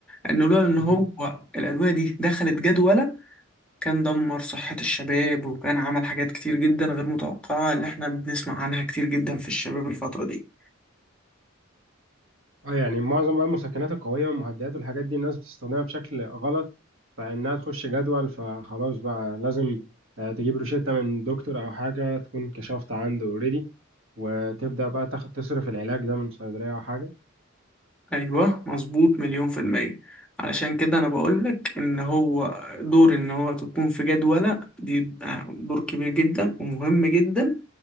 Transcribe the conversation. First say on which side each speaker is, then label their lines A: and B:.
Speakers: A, in the centre; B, on the right.
A: إنه لولا إن هو
B: مهم.
A: الأدوية دي دخلت جدولة كان دمر صحة الشباب وكان عمل حاجات كتير جدا غير متوقعة اللي احنا بنسمع عنها كتير جدا في الشباب الفترة دي
B: اه يعني معظم بقى المسكنات القوية والمهدئات والحاجات دي الناس بتستخدمها بشكل غلط فإنها تخش جدول فخلاص بقى لازم آه، تجيب روشتة من دكتور أو حاجة تكون كشفت عنده اوريدي وتبدأ بقى تاخد تصرف العلاج ده من صيدلية أو حاجة
A: ايوه مظبوط مليون في المية علشان كده انا بقولك ان هو دور ان هو تكون في جدولة دي دور كبير جدا ومهم جدا